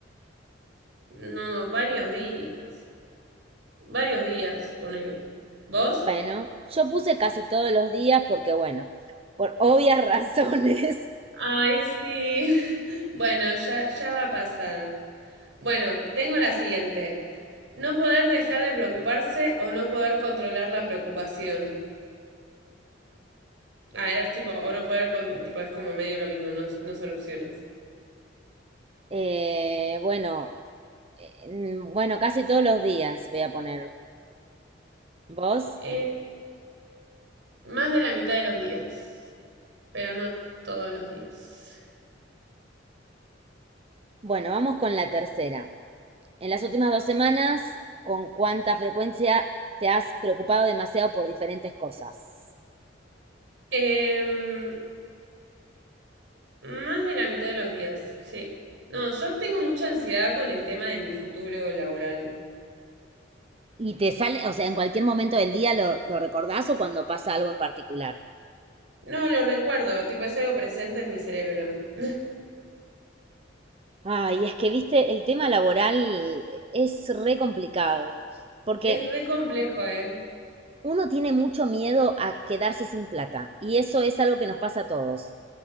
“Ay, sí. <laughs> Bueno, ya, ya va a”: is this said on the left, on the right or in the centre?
Right